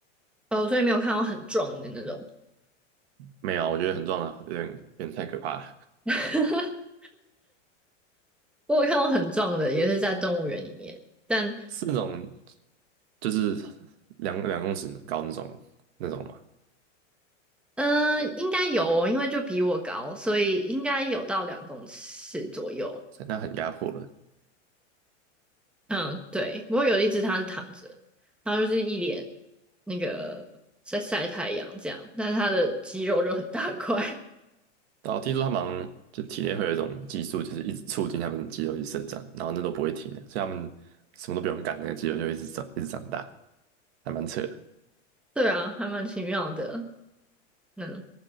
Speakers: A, in the centre; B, on the right.
A: 哦，所以没有看到很壮的那种。
B: 没有啊我觉得很壮的，有点有点太可怕了，
A: <laughs> 我有看到很壮的，也是在动物园里面，但
B: 是那种就是两两公尺高那种那种嘛，
A: 嗯、呃应该有哦因为就比我高，所以应该有到两公尺左右。
B: 那很压迫了。
A: 嗯，对。不过有一只它是躺着，它就是一脸那个在晒太阳这样，但是它的肌肉就很大块。
B: 然后听说他们好像就体内会有一种激素，就是一直促进他们的肌肉去生长，然后那都不会停的，所以他们什么都不用干，那个肌肉就会一直长一直长大，还蛮扯的。
A: <laughs> 对啊，还蛮奇妙的。嗯，